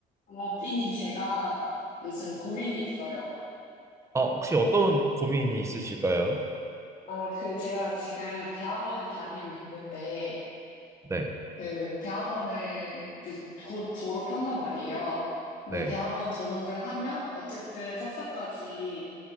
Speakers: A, on the left; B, on the right.
A: 아, 삐님, 제가 요즘 고민이 있어요.
B: 아, 혹시 어떤 고민이 있으실까요?
A: 아, 그, 제가 지금 대학원을 다니고 있는데,
B: 네,
A: 그, 대학원을 이제 곧 졸업한단 말이에요. 근데
B: 네,
A: 대학원 졸업을 하면, 어쨌든 석사까지,